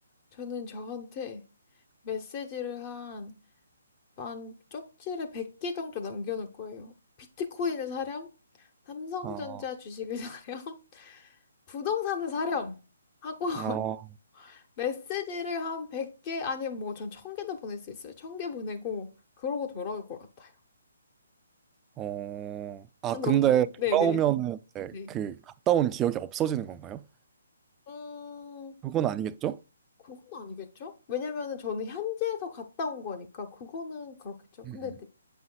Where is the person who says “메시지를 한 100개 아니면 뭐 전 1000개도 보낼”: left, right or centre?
Left